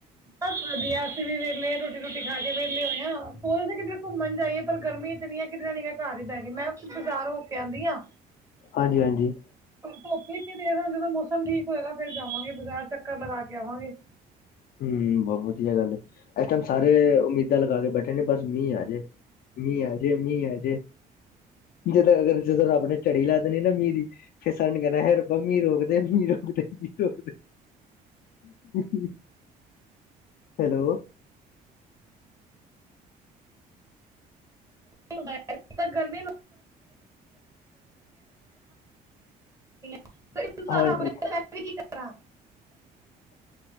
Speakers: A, on the right; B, on the left.
A: ਬਸ ਵਧੀਆ ਅਸੀਂ ਵੀ ਵੇਹਲੇ ਰੋਟੀ ਰੁਟੀ ਖਾ ਕੇ ਵੇਹਲੇ ਹੋਏ ਹਾਂ ਸੋਚਦੇ ਸੀ ਕਿਦਰੇ ਘੁੰਮਣ ਜਾਈਏ ਪਰ ਗਰਮੀ ਇਤਨੀ ਹੈ। ਕਿਧਰੇ ਨੀ ਗਏ ਘਰ ਹੀ ਬਹਿਗੇ ਮੈਂ ਬਾਜ਼ਾਰ ਹੋ ਕੇ ਆਂਦੀ ਹਾਂ।
B: ਹਾਂਜੀ ਹਾਂਜੀ
A: ਪਰ ਧੁੱਪ ਇੱਨੀ ਤੇਜ਼ ਐ ਜਦੋਂ ਮੌਸਮ ਠੀਕ ਹੋਏਗਾ ਫਿਰ ਜਾਵਾਂਗੇ ਬਾਜ਼ਾਰ ਚੱਕਰ ਲੱਗਾ ਕੇ ਆਵਾਂਗੇ।
B: ਹੂੰ ਬਹੁਤ ਵਧੀਆ ਗੱਲ ਏ ਇਸ ਟਾਈਮ ਸਾਰੇ ਉਮੀਦਾਂ ਲੱਗਾ ਕੇ ਬੈਠੇ ਨੇ ਬਸ ਮੀਂਹ ਆ ਜੇ ਮੀਂਹ ਆ ਜੇ- ਮੀਂਹ ਆ ਜੇ ਜਦੋਂ ਅਗਰ ਜਦੋਂ ਰੱਬ ਨੇ ਝੜੀ ਲਾ ਦੇਣੀ ਨਾ ਮੀਂਹ ਦੀ ਫਿਰ ਸਰਿਆਂ ਨੇ ਕਹਿਣਾ ਹੈ ਰਬਾ ਮੀਂਹ ਰੋਕਦੇ ਮੀਂਹ ਰੋਕਦੇ ਮੀਂਹ ਰੋਕਦੇ। <inaudible> ਹੈਲੋ।
A: ਗਰਮੀ ਗਰਮੀ <inaudible> ਸਾਰਾ
B: ਹਾਂਜੀ
A: ਬ <unintelligible> ਵੀ ਕੀ ਕਰਾਂ।